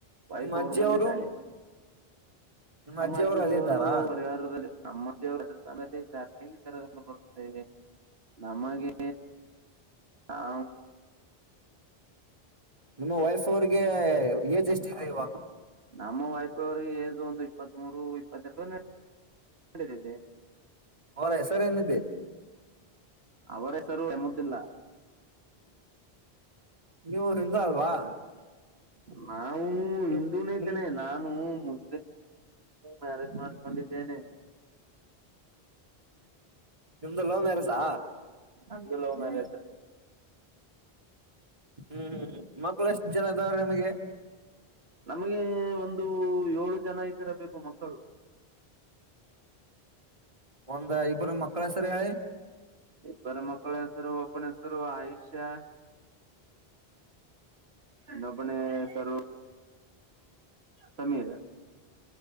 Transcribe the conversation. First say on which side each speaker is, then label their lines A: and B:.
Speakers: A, on the right; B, on the right.
A: ವಾಯಪ
B: ನಿಮ್ಮ ಅಜ್ಜಿಯವರು
A: ಅವರು ಬಂದಿದ್ದಾರೆ
B: ನಿಮ್ಮ
A: ನಮ್ಮ
B: ಅಜ್ಜಿಯವರು
A: ಅಜದವರು
B: ಅಲ್ಲೇ ಇದ್ದಾರಾ
A: ಪರಿವಾರದಲ್ಲಿ ನಮ್ಮವ ರಾಜಸ್ಥಾನಲ್ಲ ಇದ್ದಾರೆ ಹೇಗೆ ಕರೆೊಂಡ ಬರುತ್ತೇವೆ ನಮಗೆ ಹಾ
B: ನಿಮ್ಮ ವೈಫ್ ಅವ್ರಿಗೆ ಏಜ್ ಎಷ್ಟಿದೆದೆ ಇವಾಗ
A: ನಮ್ಮ ವೈಫ ಅವಿಗೆ ಏಜ್ ಒಂದು ಇಪ್ಪತ್ತ್ ಮೂರು ಇಪ್ಪತ್ತರಡು ಕುಳಿದಿದೆ
B: ಅವರ ಹೆಸರೇನಿದೆ
A: ಅವರ ಹೆಸರು ಎಮ್ಮುದಿಲ್ಲ
B: ನೀವು ಹಿಂದ ಅಲ್ವಾ
A: ನಾವು
B: ನೀವು
A: ಹಿಂದೂನೇಕನೆೇ
B: ನಿಮ್
A: ನಾನು ಮ ಮ್ಯಾರೇಜ್ ಮಾಡ್ಕೊಂಡಿದ್ದೇನೆ
B: ನಿಮ್ದ ಲೋವ್ ಮೆರೆಸಾ
A: ನಂದು ಲವ್ ಮ್ಯಾರೇಜ್
B: ಹ್ಮ್ ಹ್ಮ್ ಮಕ್ಳ ಎಷ್ಟು ಜನ ಇದದಾವ್ರೆ ನಿಮಗೆ
A: ನಮಗೆ ಒಂದು ಏಳು ಜನ ಇದ್ದರ ಬು ಮಕ್ಕಳು
B: ಒಂದ್ ಇಬ್ಬರ ಮಕ್ಳ ಹೆಸರ್ ಹೇಳಿ
A: ಇಬ್ಬರು ಮಕ್ಕಳ ಹೆಸರು ಒಬ್ಬನ ಹೆಸರು ಆಯುಷ್ಯ ನಮಣ ಸ್ವರ ಕಮ್ಮಿ ಇದೆ